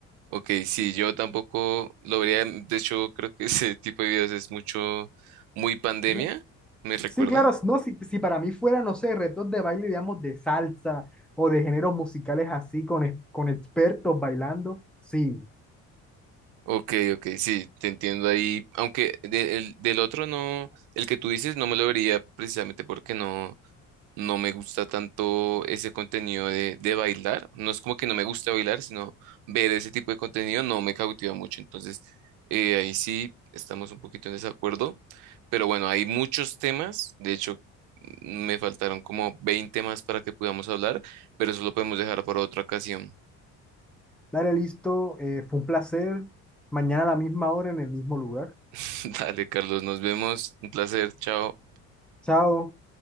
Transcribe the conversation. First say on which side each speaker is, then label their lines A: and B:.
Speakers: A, on the right (about 85°); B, in the centre.
A: ok, sí, yo tampoco lo vería. De hecho, creo que ese tipo de videos es mucho, muy pandemia,
B: No,
A: ¿me recuerda?
B: Sí, claro, no, si, si para mí fuera, no sé, retos de baile, digamos, de salsa o de géneros musicales así, con, ex- con expertos bailando, sí.
A: Ok, ok, sí, te entiendo ahí. Aunque de- el- del otro no, el que tú dices no me lo vería precisamente porque no. No me gusta tanto ese contenido de, de bailar. No es como que no me gusta bailar, sino ver ese tipo de contenido no me cautiva mucho. Entonces, eh, ahí sí estamos un poquito en desacuerdo. Pero bueno, hay muchos temas. De hecho, mm, me faltaron como 20 más para que podamos hablar, pero eso lo podemos dejar para otra ocasión.
B: Dale, listo, eh, fue un placer. Mañana a la misma hora en el mismo lugar.
A: <laughs> Dale, Carlos, nos vemos. Un placer. Chao.
B: Chao.